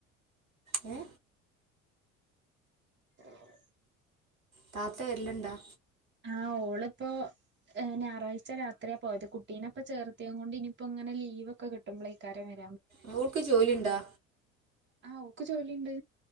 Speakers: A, on the right; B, on the right.
A: ഉഏ
B: ആഹ
A: താത്ത വല്ലണ്ടാ
B: ആഹ ഓളിപ്പോൊ ഞായറാഴ്ചത്രിയ പോയത് കുട്ടീെപ്പൊ ചേർത്തയത കൊണ്ട് ഇനിപ്പോ ഇങ്ങനെ ലീവൊക്കെ കിട്ടുമ്പോള ഇഈക്കാരെ വ
A: അവൾക്ക് ജോലിുണ്ടാ
B: ആഹ ഒക്കെ ചോലിുണ്ട്